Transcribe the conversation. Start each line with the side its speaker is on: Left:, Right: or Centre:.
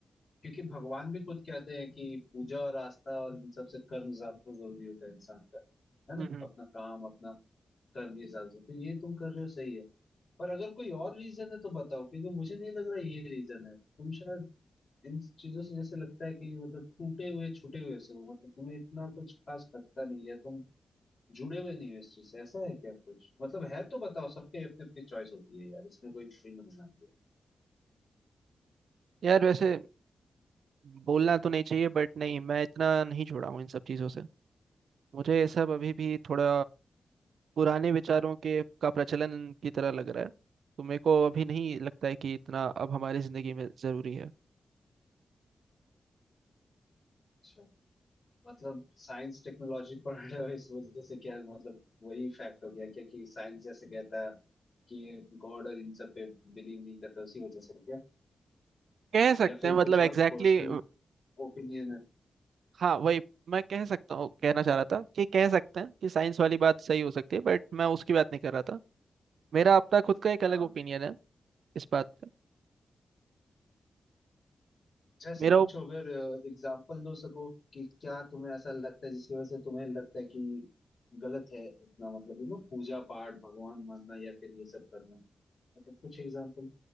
Left: क्योंकि भगवान भी खुद कहते हैं कि पूजा और आस्था और इन सब से कर्म ज्यादा जरूरी होता है इंसान का है ना
Right: हम्म
Left: अपना काम अपना कर्म ये ज्यादा जरूरी तो ये तुम कर रहे हो सही है पर अगर कोई और रीजन है तो बताओ क्योंकि मुझे नहीं लग रहा ये रीजन है तुम शायद इन चीजों से जैसे लगता है कि मतलब टूटे हुए छूटे हुए से हो मतलब तुम्हें इतना कुछ खास लगता नहीं है तुम जुड़े हुए नहीं हो इस चीज से ऐसा है क्या कुछ मतलब है तो बताओ सबके अपनी अपनी चॉइस होती है यार इसमें कोई फ्री ना मना दिया
Right: यार वैसे बोलना तो नहीं चाहिए बट नहीं मैं इतना नहीं जुड़ा हूँ इन सब चीज़ों से मुझे ये सब अभी भी थोड़ा पुराने विचारों के का प्रचलन की तरह लग रहा है तो मेरे को अभी नहीं लगता है कि इतना अब हमारी जिंदगी में जरूरी है
Left: अच्छा मतलब साइंस टेक्नोलॉजी पढ़ रहे हो इस वजह से क्या मतलब वही फैक्ट हो गया क्या कि साइंस जैसे कहता है कि गॉड और इन सब पे बिलीव नहीं करता उसी वजह से क्या
Right: कह सकते
Left: या फिर
Right: हैं मतलब
Left: कुछ और
Right: एग्जैक्टली
Left: पर्सनल
Right: exactly,
Left: ओपिनियन है
Right: हाँ वही मैं कह सकता हूँ कहना चाह रहा था कि कह सकते हैं कि साइंस वाली बात सही हो सकती है बट मैं उसकी बात नहीं कर रहा था मेरा अपना खुद का एक अलग
Left: हाँ
Right: ओपिनियन है इस बात पे
Left: जैसे
Right: मेरा
Left: कुछ
Right: ओप-
Left: अगर एग्जाम्पल दो सको कि क्या तुम्हें ऐसा लगता है जिसकी वजह से तुम्हें लगता है कि गलत है इतना मतलब यू नो पूजा पाठ भगवान मानना या फिर ये सब करना ओके कुछ एग्जांपल